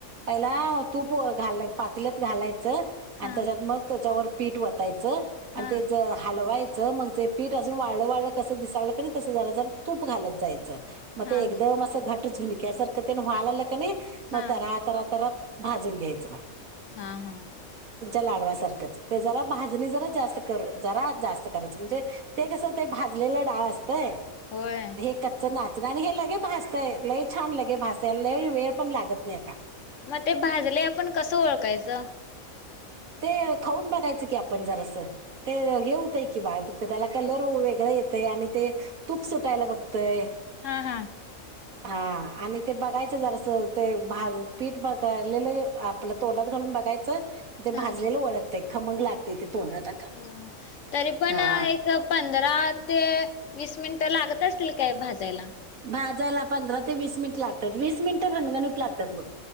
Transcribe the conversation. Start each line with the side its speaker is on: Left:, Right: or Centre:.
Right: पहिला तूप घाल पातील्यात घालायचं आणि
Left: हा
Right: त्याच्यात मग त्याच्यावर पीठ वतायचं आणि
Left: हा
Right: ते ज हलवाय मग ते पीठ अजून वाळलं वाळलं कसं दिसालं करी तसं जरा जरा तूप घालत जायं मग
Left: हा
Right: ते एकदम अस घट झुणक्या सारखं व्हालालं का कणी मग
Left: हा
Right: तरातरा तर भाजून घ्यायचं बाळ
Left: हा हा
Right: लाडवा सारखंच जरा भाजणी जरा जास्त जरा जास्त करायच म्हणजे ते कसं भाज भिजलेलं डाळ असत
Left: होय
Right: हे कच्च आणि हे लगे भासतय लई छान लगे भासतय लई वेळ पण लागत नाही का
Left: मग ते भाजले आपण कसं ओळखायचं
Right: ह ते खाऊन बघायचं की आपण जरासं ते हे होते की बाल त्याला कलर वेगळं येत हे आणि ते तूप सुटायला बघतय
Left: हा हा.
Right: हा आणि ते बघायचं जरास ते भा पीठ बघालेलं आपलं तोंडात घालून बघायचं ते
Left: हा
Right: भाजलेले ओळखते खमक लागतेय ते तोंडात
Left: हो तरी पण
Right: हा
Left: एक प पंधरा ते वीस मिनिट लागत असतील काय भाजायला
Right: भाजायला पंधरा ते वीस मिनिट लागतात वीस मिनिटं घनगणित लागतात ब